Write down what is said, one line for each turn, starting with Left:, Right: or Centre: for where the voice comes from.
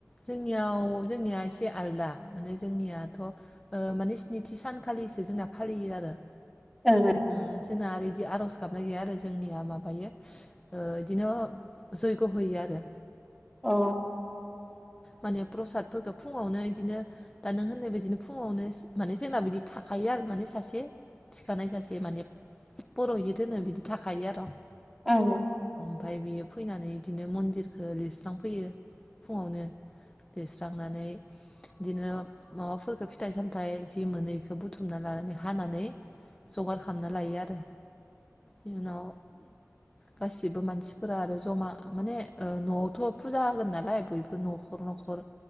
Left: जोंनियाव जोंनिया एसे आलदा माने जोंनियाथ' ओ माने स्निथि सानखालि जोंना फालियो आरो
Centre: <unintelligible>
Left: उम जोंना आरो बिदि आर'ज गाबनाय गैया आरो जोंनिया माबायो ओ इदिनो जैग' होयो आरो
Centre: अ
Left: माने प्रसादफोरखौ फुं फुङावनो बिदिनो दा नों होननायायदिनो फुं फुङावनो माने जोंना बिदि थाखायो आरो माने सासे। थिखानाय सासे माने फर'हिद होनो बिदि थाखायो आर'।
Centre: औ।
Left: ओमफ्राय बियो फैनानै बिदिनो मन्दिरखौ लिरस्रांफैयो। फुङावनो लिरस्रांनानै बिदिनो माबाफोरखौ बे फिथाइ सामथाइ जि मोनो बेखौ बुथुमना लानानै हानानै जगार खालामना लायो आरो। बेनि उनाव गासिबो मानसिफोरा आरो जमा माने ओ न'आवथ' फुजा होगोन नाल <unintelligible> बेफोर न'खर न'खर